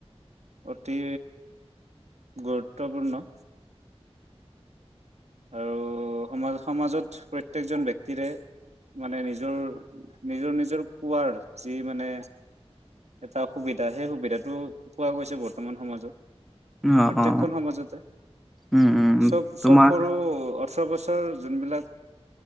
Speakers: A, on the right; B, in the centre.
A: অতি গুৰুত্বপূৰ্ণ। আৰু সমা-সমাজত প্ৰত্যেকজন ব্যক্তিৰে মানে নিজ নিজৰ, নিজৰ, নিজৰ কোৱাৰ যি মানে এটা সুবিধা, সেই সুবিধাটো পোৱা গৈছে বৰ্তমান সমাজত।
B: অ
A: প্ৰত্যেকখন
B: অ
A: সমাজতে
B: উম উম
A: চব-চব
B: তোমাৰ
A: সৰু অ ওঠৰ বছৰ যোনবিলাক,